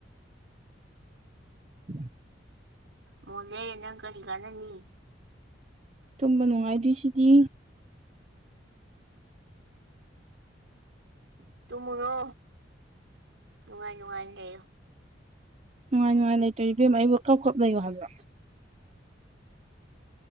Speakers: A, on the right; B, on the right.
A: <inaudible>
B: ꯃꯣꯟ ꯂꯩꯔ ꯅꯪ ꯀꯔꯤ ꯀꯥꯟꯅꯅꯤ
A: ꯇꯨꯝꯕ ꯅꯨꯡꯉꯥꯏꯗꯣꯏ ꯁꯤꯗꯤ
B: ꯇꯨꯝꯃꯨꯔꯣ ꯅꯨꯡꯉꯥꯏ ꯅꯨꯡꯉꯥꯏꯅ ꯂꯩꯌꯨ
A: ꯅꯨꯡꯉꯥꯏ ꯅꯨꯡꯉꯥꯏ ꯂꯩꯇ꯭ꯔꯗꯤ ꯏꯕꯦꯝꯃ ꯑꯩꯕꯨ ꯀꯞ ꯀꯞ ꯂꯩꯌꯣ ꯍꯥꯏꯕ꯭ꯔꯣ